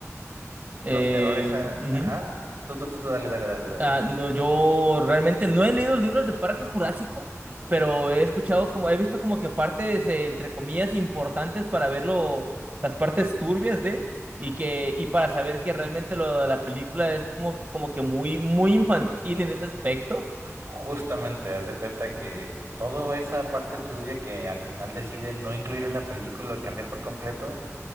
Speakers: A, on the right (about 40°); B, on the right (about 80°).
A: Eh,
B: los terrores, a-
A: ujú.
B: ajá, tú, tú, tú, tú, dale, dale, dale, dale.
A: Ah, no, yo realmente no he leído libros de Parque Jurásico, pero he escuchado como, he visto como que partes, eh, entre comillas, importantes para verlo, las partes turbias de, y que, y para saber que realmente lo de la película es como, como que muy, muy infantil en ese aspecto.
B: Justamente, haz de cuenta que toda esa parte turbia que al final deciden no incluir en la película o cambiar por completo,